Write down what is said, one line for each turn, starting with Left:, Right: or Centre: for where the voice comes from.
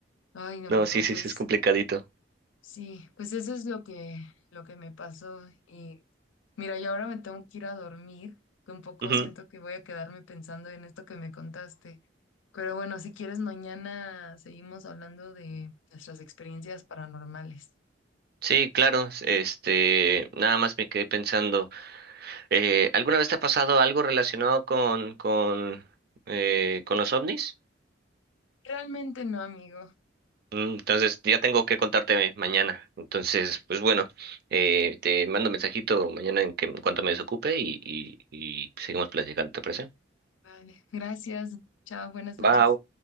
Left: Ay, amigo,
Right: No, sí, sí,
Left: pues.
Right: sí, es complicadito.
Left: Sí, pues eso es lo que, lo que me pasó. Y mira, yo ahora me tengo que ir a dormir, que un poco
Right: Ujú.
Left: siento que voy a quedarme pensando en esto que me contaste. Pero bueno, si quieres, mañana seguimos hablando de nuestras experiencias paranormales.
Right: Sí, claro, es- este, nada más me quedé pensando, eh, ¿alguna vez te ha pasado algo relacionado con, con, eh, con los ovnis?
Left: Realmente no, amigo.
Right: Mm, Entonces, ya tengo que contarte mañana. Entonces, pues bueno, eh, te mando mensajito mañana en que en cuanto me desocupe y, y, y seguimos platicando, ¿te parece?
Left: Vale, gracias. Chao, buenas noches.
Right: Va,